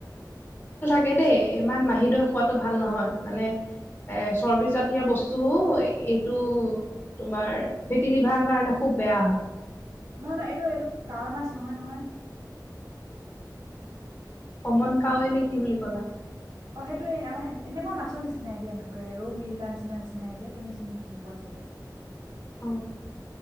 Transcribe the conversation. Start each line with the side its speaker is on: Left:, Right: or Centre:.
Left: তাকে দেই ইমান মাহিদৈ খোৱাটো ভাল নহয়, মানে এ চৰ্বিজাতীয় বস্তুও এইটো তোমাৰ ফেটি লিভাৰ কাৰণে খুব বেয়া হয়।
Right: নহয়-নহয় এইটো এইটো কাৱৈ মাছ নহয়-নহয়।
Left: কমন কাৱৈ নে কি বুলি কলা?
Right: অ' সেইটোোৱে আমাৰ এনেকুৱা মাছৰ নিচিনাই দিয়া ৰৌ মিৰিকা নিচিনা নিচিনাই যে তুমি চিনি নোপোৱা চাগে।
Left: অ